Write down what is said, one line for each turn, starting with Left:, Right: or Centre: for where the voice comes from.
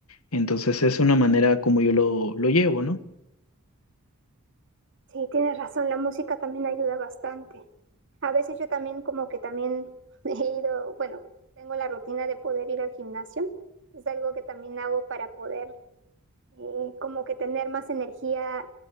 Left: Entonces es una manera como yo lo, lo llevo, ¿no?
Right: Sí, tienes razón, la música también ayuda bastante. A veces yo también como que también <laughs> he ido, bueno, tengo la rutina de poder ir al gimnasio. Es algo que también hago para poder eh, como que tener más energía